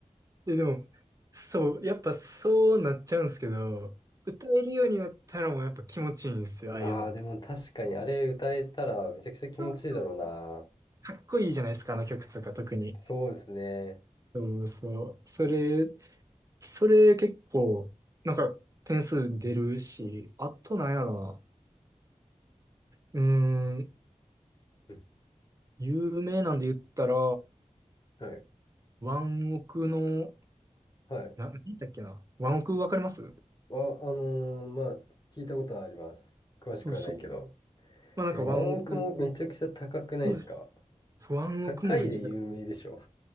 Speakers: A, on the right; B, on the left.
A: え、でも、そう、やっぱそうなっちゃうんですけど、歌えるようになったらもうやっぱ気持ちいいんですよ、
B: うわー、
A: ああいうのって。
B: でも確かにあれ歌えたらめちゃくちゃ気持ちいいだろうな。
A: そうそうそう。かっこいいじゃないですか、あの曲とか特に。
B: すそうですね。
A: そうそう。それ、それ結構、なんか点数出るし、あとなんやろな。うーん、
B: うん。
A: 有名なんで言ったら、
B: はい。
A: ワンオクの、
B: はい。
A: な、何だっけな。ワンオクわかります
B: あ、あのーまあ、聞いたことはあります。詳しくはないけど。
A: そうそう。まあなんかワンオクの、
B: え、ワンオクもめちゃくちゃ高くないですか
A: いや、そうワンオクもめっちゃ高いです。
B: 高いで有名でしょ。